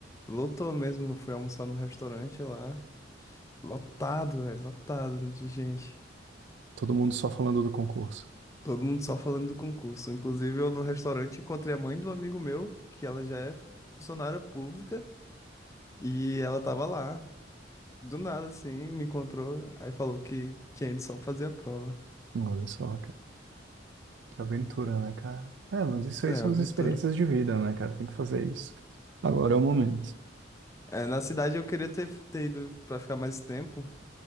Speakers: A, on the left (about 15°); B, on the right (about 65°).
A: lotou mesmo. Eu Fui almoçar num restaurante lá, lotado, velho, lotado de gente.
B: todo mundo só falando do concurso.
A: Todo mundo só falando do concurso. Inclusive, eu no restaurante encontrei a mãe do amigo meu, que ela já é funcionária pública, e ela tava lá. Do nada, assim, me encontrou, aí falou que tinha ido só pra fazer a prova.
B: Olha só, cara, que aventura, né, cara? É, mas isso
A: É,
B: aí são
A: aventura.
B: as experiências de vida, né, cara? Tem que fazer isso. Agora é o momento.
A: É, na cidade eu queria ter, ter ido pra ficar mais tempo,